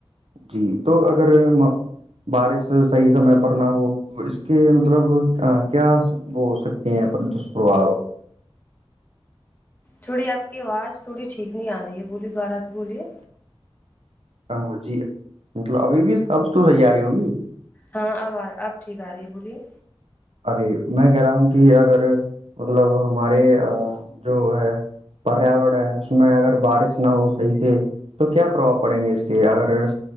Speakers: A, on the right (about 80°); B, on the left (about 20°).
A: جی تو اگر بارش صحیح سمے پر نہ ہو- تو اس کے مطلب کیا وہ ہو سکتے ہیں دشپرباؤ-
B: تھوڑی آپ کی آواز تھوڑی ٹھیک نہیں آ رہی ہے بولی دوبارہ سے بولیے-
A: ہاں جی مطلب ابھی بھی اب تو صحیح ا رہی ہوگی-
B: ہاں اب آ اب ٹھیک آ رہی ہے بولیے-
A: ارے میں کہہ رہا ہوں کہ اگر مطلب ہمارے جو ہے- پریاورن ہے اس میں اگر بارش نہ ہو صحیح سے- تو کیا پربؤ پڑیں گے اس کے اگر-